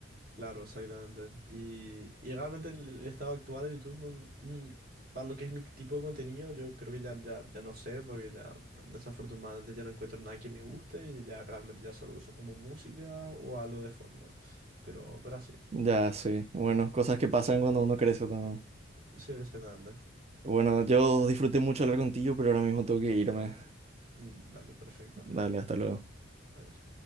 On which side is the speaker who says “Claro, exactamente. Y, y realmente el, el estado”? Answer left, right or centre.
Right